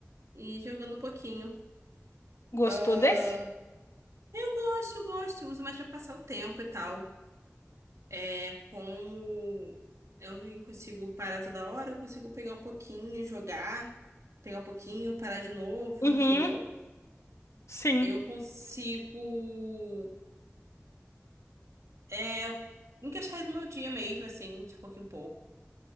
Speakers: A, on the right (about 80°); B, on the left (about 70°).
A: e jogando um pouquinho.
B: Gostou
A: Ah,
B: desse?
A: eu gosto, gosto, uso mais pra passar o tempo e tal. É, como é um joguinho que consigo parar toda hora, eu consigo pegar um pouquinho, jogar, pegar um pouquinho, parar de novo,
B: Uhum,
A: entendeu?
B: sim.
A: Eu consigo é, encaixar ele no meu dia mesmo, assim, de pouco em pouco.